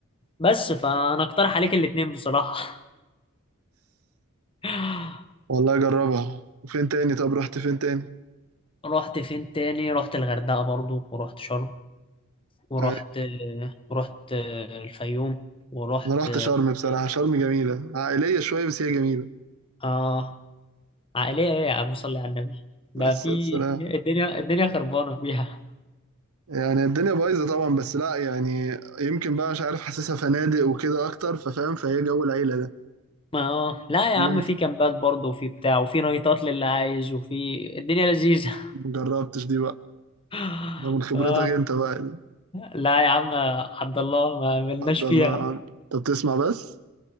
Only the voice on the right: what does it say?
والله اجربها وفين تاني طب رحت فين تاني
آه.
انا رحت شرم بصراحة شرم جميلة عائلية شوية بس هي جميلة
بس
سلام
يعني الدنيا بايظة طبعا بس لا يعني يمكن بقى مش عارف حاسسها فنادق وكده اكتر ففاهم فهي جو العيلة ده
يمكن
مجربتش دي بقى
ده من خبرتك
انت بقى دي
حد
الله انت بتسمع بس